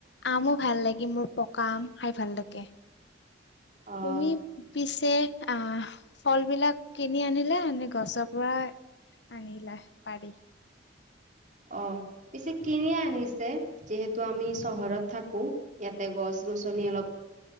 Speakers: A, on the left (about 70°); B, on the right (about 45°).
A: ।আমো ভাল লাগি মোৰ পকা আম। খাই ভাল লাগে
B: অ'
A: তুমি। তে অ ফল বিলাক কিনি আনিলা ননে গছৰ পৰা আনিলা। পাৰি।
B: অ পিছে কিনিয়ে আনিছে যিহেতু আমি চহৰত থাকো ইয়াতে গছ গছনি অলপ